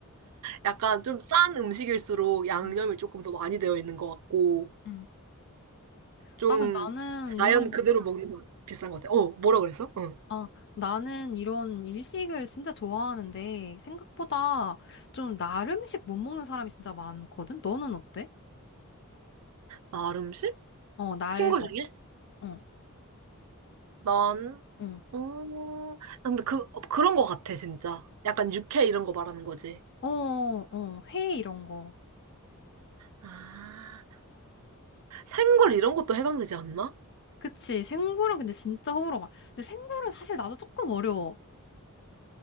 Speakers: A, on the right; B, on the left.
A: 약간 좀 싼 음식일수록 양념이
B: 응,
A: 조금 더 많이 되어 있는 것 같고
B: 응.
A: 좀
B: 아, 근데 나는
A: 자연
B: 이런,
A: 그대로 먹는 건 비싼 것 같아. 어, 뭐라 그랬어? 응.
B: 아, 나는 이런 일식을 진짜 좋아하는데 생각보다 좀 날 음식 못 먹는 사람이 진짜 많거든? 너는 어때?
A: 날 음식?
B: 어, 날
A: 친구
B: 먹,
A: 중에?
B: 응,
A: 난
B: 응.
A: 어, 근데 그 그런 것 같아 진짜. 약간 육회 이런 거 말하는 거지.
B: 어, 어, 회 이런 거.
A: 아, 생굴 이런 것도 해당되지 않나?
B: 그치. 생굴은 근데 진짜 호불호 많. 근데 생굴은 사실 나도 조금 어려워.